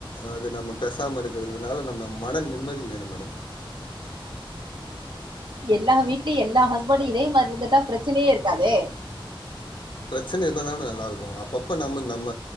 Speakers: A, on the left; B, on the right.
A: அது நம்ம பேசாம இருக்கறதுனால நம் நம்ம மன நிம்மதி வேணு மேடம்
B: எல்லா வீட்லயு எல்லா ஹஸ்பண்டு இதே மாரி இருந்துட்டா பிரச் சனையே இருக்காதே
A: பிரச்சன இருந்தா தான நல்லா இருக்கு அப்பப்ப நம்ம நம்ம